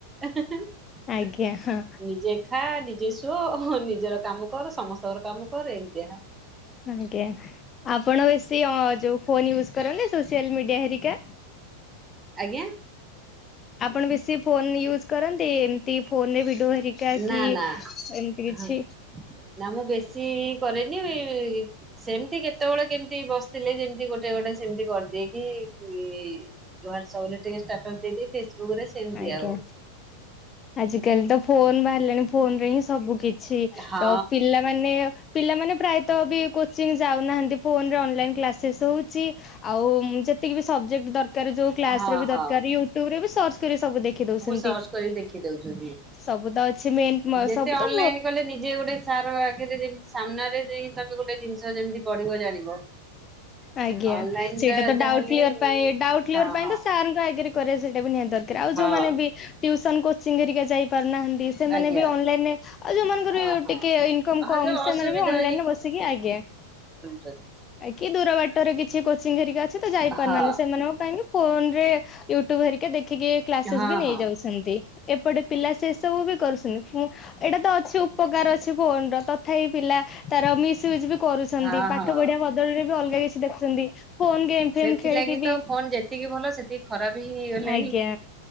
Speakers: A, on the right; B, on the left.
A: ନିଜେ।
B: ଆଜ୍ଞା ହଁ
A: ଖାଆ ନିଜେ ଶୋ ନିଜର କାମ କର ସମସ୍ତଙ୍କର କାମ କର ଏମିତିଆ।
B: ଆଜ୍ଞା ଆପଣ ବେଶୀ ଅ ଯୋଉ ଫୋନ ୟୁଜ କରନ୍ତ ସୋସିଆଲ ମିଡିଆ ହରିକା।
A: ଆଜ୍ଞା।
B: ଆପଣ ବେଶି ଫୋନ ୟୁଜ୍ କରନ୍ତି ଏମିତି ଫୋନ ରେ ଭିଡିଓ ହେ ଏକାକି
A: ନା ନା
B: ଏମିତି କିଛି।
A: ହଁ ନା ମୁଁ ବେଶୀ କରେନି। ସେମିତି କେତେବେଳେ କେମିତି ବସିଥିଲେ ଯେମତି ଗୋଟେ ଗୋଟେ ସେମିତି କରିଦେଇକି ଏ। ହ୍ୱାଟସପ ଟିକେ ଷ୍ଟାଟସ ଦେଇି ଫେସବୁକ୍ ରେ। ସେମିତି
B: ଆଜ୍ଞା
A: ଆଉ
B: ଆଜିକାଲି ତ ଫୋନ ବାହାରିଲାଣି ଫୋନ ରେ ହିଁ ସବୁ କି ଛି
A: ହଁ
B: ଆଉ ପିଲାଙ୍କୁ। ମାନେ ପିଲାମାନେ ପ୍ରାୟତ ବି କୋଚିଂ ଯାଉନାହାନ୍ତି ଫୋନରେ ଅନଲାଇନ କ୍ଲାସେସ୍ ହଉଛି। ଆଉ ଯେତିକି ବି ସବଜେକ୍ଟ ଦରକାର ଯୋଉ କ୍ଲାସ
A: ହଁ ହଁ
B: ରେ ବି ଦରକାର
A: ହଁ
B: ୟୁଟ୍ୟୁବ ରେ ବି ସର୍ଚ୍ଚ। କିରେ ସବୁ ଦେଖି ଦଉଛନ୍ତି
A: ସର୍ଚ୍ଚ କରି ଦେଖି ଦଉଛନ୍ତି।
B: ସବୁ ତ ଅଛି ମେନ୍
A: ଯେତେ
B: ସବୁତ।
A: ଅନଲାଇନ କଲେ ନିଜେ ଗୋଟେ ସାର ଆଖରେ ଯେମିତି ସାମ୍ନାରେ ତମେ ଗୋଟେ ଜିନିଷ ଯେମିତି ବଢିବ ଜାଣିବ
B: ଆଜ୍ଞା
A: ଅନଲାଇନ
B: ସେଇଟା
A: ଟା
B: ତ
A: ଯାହାହେଲେ
B: ଡାଉଟ କ୍ଲିଅର ପାଇଁ ଡାଉଟ କ୍ଲିଅର
A: ହଁ
B: ପାଇଁ
A: ହଁ
B: ତ ସାରଙ୍କ ଆଗରେ। କରିବା ସେଇଟା ବି ନିହାତି ଦରକାର ଆଉ
A: ହଁ
B: ଯୋଉମାନେ ବି ଟିଉସନ କୋଚିଂ ହେରିକା ଯାଇ ପାରୁନାହାନ୍ତି ସେମାନେ
A: ଆଜ୍ଞା
B: ବି ଅନଲାଇନ ରେ ଆଉ ଯୋଉମାନଙ୍କର
A: ହଁ ହଁ
B: ଟିକେ ଇନକମ୍
A: ହଁ
B: କମ
A: ଯୋଉ
B: ସେମାନେ
A: ଅସୁବିଧା
B: ବି ଅନଲାଇନ ରେ ବସ ଆସିକି ଆଜ୍ଞା
A: ସେ
B: କି ଦୂର ବାଟରେ କିଛି କୋଚିଂ ହେରିକା ଅଛି ତ ଯାଇ ପାରୁନାହାନ୍ତି
A: ହଁ।
B: ସେମାନଙ୍କ ପାଇଁ ବି ଫୋନ ରେ ୟୁଟ୍ୟୁବ ହେରିକା ଦେଖିକି କ୍ଲାସେସ୍
A: ହଁ
B: ବି ନେଇଯାଉଛନ୍ତି
A: ହଁ
B: ଏପଟେ ପିଲା ସେ ସବୁ ବି କରୁଛନ୍ତି ଏଇଟା ତ ଅଛି ଉପକାର ଅଛି ଫୋନ ର ତଥାପି ପିଲା ତାର ମିସୟୁଜ ବି କରୁଛନ୍ତି
A: ହଁ
B: ପାଠ
A: ହଁ
B: ପଢିବା ବଦଳରେ ବି ଅଲଗା କିଛି ଦେଖୁଛନ୍ତି ଫୋନ ଗେମ୍ ଫେମ୍
A: ସେଥିଲାଗି
B: ଖେଳିକି
A: ତ
B: ବି
A: ଫୋନ ଯେତିକି ଭଲ ସେତିକି ଖରାପ ହେଇଗଲେଣିି।
B: ଆଜ୍ଞା